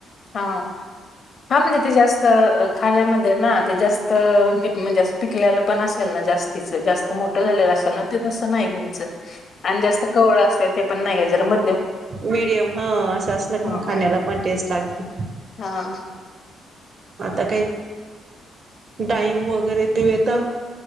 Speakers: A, on the left; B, on the right.
A: हा हा म्हणजे ते जास्त खाण्यामध्ये ना ते जास्त म्हणजे पिकलेलं पण असेल ना जास्तीच जास्त मोठ झाले असेल ना तसं नाही घ्यायचं आणि जास्त कवळ असत ते पण नाही घ्यायच जरा, म
B: मीडियम हा असं असलं का
A: हा
B: मग खाण्याला पण टेस्ट लागते.
A: हा!
B: आता काही डाळिंब वगैरे ते येता?